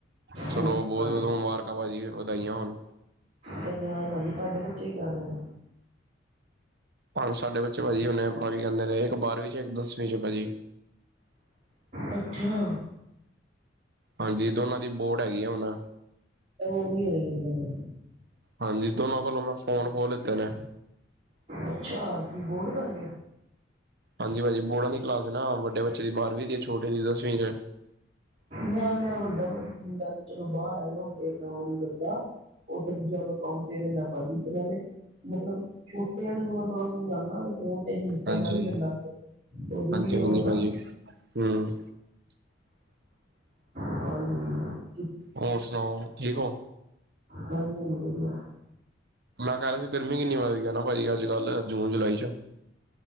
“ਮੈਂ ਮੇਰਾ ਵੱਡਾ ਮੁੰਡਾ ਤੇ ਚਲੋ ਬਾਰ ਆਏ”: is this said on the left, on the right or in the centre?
Right